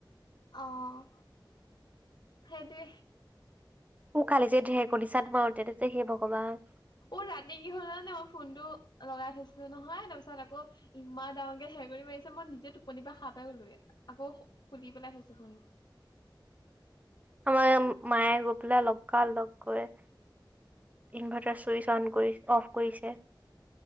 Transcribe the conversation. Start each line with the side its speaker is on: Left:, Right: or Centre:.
Left: অ', সেইটোৱে
Right: মোক কালি যে ঢেৰকনিচাত মাৰোতেনে যে সেই ভগৱান
Left: অ', ৰাতি কি হ'ল জান' নাই, মই ফোনটো লগাই থৈছিলো নহয় তাৰ পিছত আকৌ ইমান ডাঙৰকে ধেৰেকনি মাৰিছে মই নিজে টোপনি পৰা হাৰ পাই গলোগে আকৌ খুলি পেলাই থৈছো ফোন। <inaudible>
Right: আমাৰ মায়ে গোপিলায় লগা লগ কৰে। ইনভাৰ্টাৰ চুইচ অন কৰি অফ কৰিছে